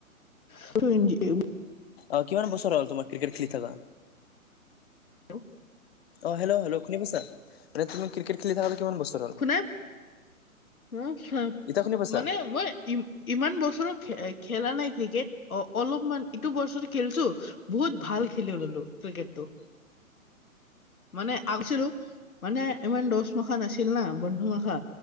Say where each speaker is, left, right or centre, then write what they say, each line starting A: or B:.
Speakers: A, on the left (about 75°); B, on the left (about 45°).
A: <unintelligible>
B: অহ', কিমান বছৰ হ'ল তোমাৰ ক্ৰিকেট খেলি থাকা?
A: হেল্ল'।
B: অ', হেল্ল'-হেল্ল' শুনি পাইছা? মানে তুমি ক্ৰিকেট খেলি থকি কিমান বছৰ হ'ল?
A: শুনা আহ হা।
B: এতিয়া শুনি পাইছা?
A: মানে মই- ই' ইমান বছৰত খেলা নাই ক্ৰিকেট অলপমান ইটো বছৰত খেলিছো। বহুত ভাল খেলি ল'লো ক্ৰিকেটতো। মানে আহছিলো? মানে ইমান দ'হ মাখা নাছিল না বন্ধু মাখা।